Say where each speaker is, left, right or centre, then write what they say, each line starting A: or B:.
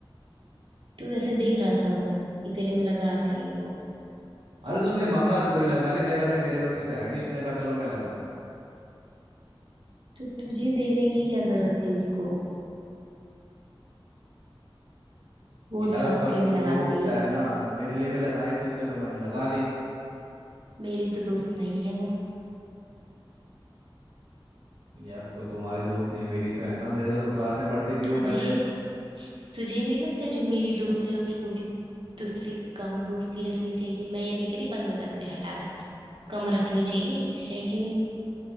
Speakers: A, on the right; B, on the right.
A: तू ऐसे देख रहा था मतलब कि तेरे में लगा रहे हैं ये वो
B: अरे तो उसने मांगा स्टोरी लगाने पे कहा देख मेरे बस की तो है नहीं उसने कहा चलो मैं लगा
A: तो तुझे देने की क्या जरूरत थी उसको वो
B: यार अब
A: सबके
B: सब
A: में लगाती
B: दोस्त है ना मेरे लिए भी लगाई थी उसने तो मैंने लगा दी
A: मेरी तो दोस्त नहीं है वो
B: यार तो तुम्हारी दोस्त नहीं है मेरी तो है ना मेरे साथ तो क्लास में पढ़ती थी
A: तुझे
B: वो पहले
A: तुझे नहीं लगता जो मेरी दोस्त है उसको भी तुझसे कम दोस्ती रखनी चाहिए मैं ये नहीं कह रही बंद कर दे हटा दे कम रखनी चाहिए है कि नहीं